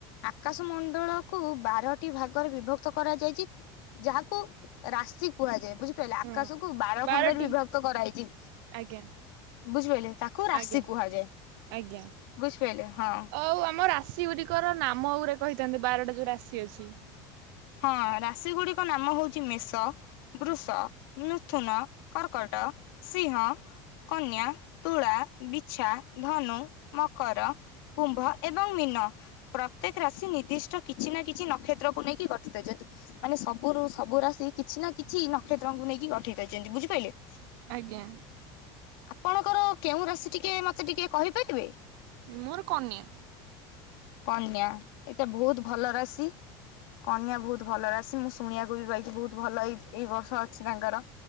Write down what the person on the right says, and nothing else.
ହଁ।
ବାରଟି
ଆଜ୍ଞା।
ଆଜ୍ଞା
ଆଜ୍ଞା।
ହଉ ଆମ ରାଶି ଗୁଡିକର ନାମ ଗୁରା କହିଥାନ୍ତୁ। ବାରଟା ଯୋଉ ରାଶି ଅଛି।
ଆଜ୍ଞା
ମୋର କନ୍ୟା।